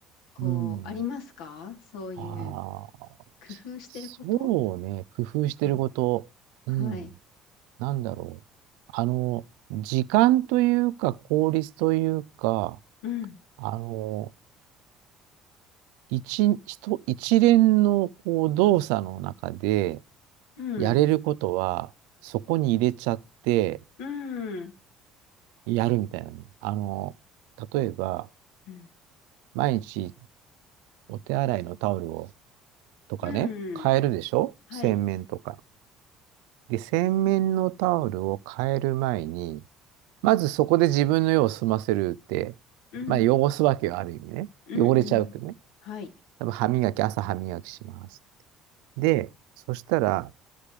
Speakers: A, on the left (about 85°); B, on the right (about 80°).
A: こう、
B: うん。
A: ありますかそういう、
B: ああ。
A: 工夫してること
B: そうね。工夫してること。
A: とか。はい。
B: うん。なんだろう。あの、時間というか、効率というか、
A: うん。
B: あの、一、一一連のこう動作の中で
A: うん。
B: やれることは、そこに入れちゃって
A: うん。
B: やるみたいなね。あの、例えば、
A: うん。
B: 毎日お手洗いのタオルをとかね、
A: う
B: 変えるでしょ洗面とか。
A: ん。はい。
B: で、洗面のタオルを変える前に、まずそこで自分の用を済ませるって、
A: うん。
B: まあ汚すわけよ、ある意味ね。
A: うん。
B: 汚れちゃうけどね。
A: うん。はい。
B: 多分歯磨き、朝歯磨きします。で、そしたら、